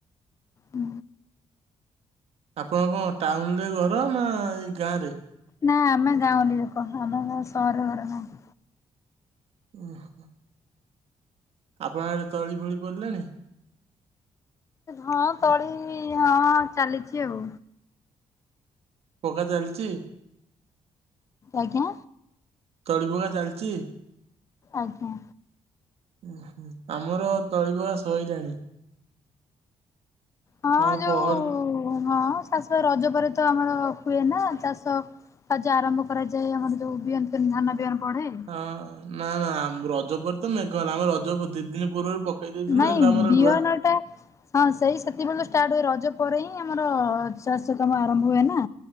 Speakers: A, on the left (about 25°); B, on the right (about 65°).
A: ହୁଁ।
B: ଆପଣ କଣ ଟାଉନ ରେ ଘର ନା ଏଇ ଗାଁ ରେ?
A: ନା ଆମେ ଗାଁଉଲି ଲୋକ ଆମ ସହର ଘର ନାହିଁ।
B: ହୁ। ଆପଣ ଆଡେ ତଳି ଫଳି ପଡିଲାଣି?
A: ହଁ ତଳି ହଁ ଚାଲିଛି ଆଉ।
B: ପକା ଚାଲିଛି।
A: ଆଜ୍ଞା।
B: ତଳି ପକା ଚାଲିଛି?
A: ଆଜ୍ଞା।
B: ଉଁ ହୁଁ, ଆମର ତଳି ପକା ସଇଲାଣି।
A: ହଁ
B: ଆମର
A: ଯୋଉ
B: ପହର
A: ହଁ ଚାଷ ରଜ ପରେ ତ ଆମର ହୁଏ ନା ଚାଷ। ତା ଯ ଆରମ୍ଭ କରାଯାଏ ଆମର ଯୋଉ ବିହନ ଫିହନ ଧାନ ବିହନ ପଢେ।
B: ହଁ ନା ନା ଆମ ରଜ ପରେ ତ ମେଘ ଆମ ରଜ ଦି ଦିନ ପୂର୍ବରୁ ଦେଇଥିଲୁ
A: ନାଇଁ
B: ଏବେ ଆମର
A: ବିହନଟା
B: ରୁଆ
A: ହଁ ସେଇ ସେତିକିବେଳେ ଷ୍ଟାର୍ଟ ହୁଏ ରଜ ପରେ ହିଁ ଆମର ଚାଷ କାମ ଆରମ୍ଭ ହୁଏ ନା।